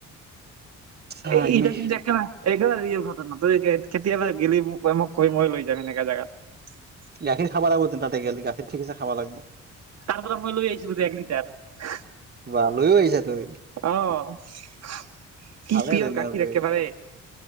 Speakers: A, on the right; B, on the right.
A: চা
B: এই
A: ইমে
B: ইটা চোন জেকেৰা একৰা ৰি আখন <unintelligible> নাতৈ কেতিয়াবা গেলি মোক কৈ মোক কৈ মই লৈ যাগ সেনেকা জেগাত <unintelligible>
A: গাখীৰ খাব লাগিব তিনিটাতে গেলে গাখীৰ ঠিকছে খাব লাগিব
B: তাৰ পৰা মই লৈ আহছিলো দে এক লিটাৰ <unintelligible>
A: বা লৈয়ো আহিছা তুমি
B: অ কি
A: ভালে
B: পিয়ৰ
A: তেনেহ'লে
B: গাখীৰ একেবাৰে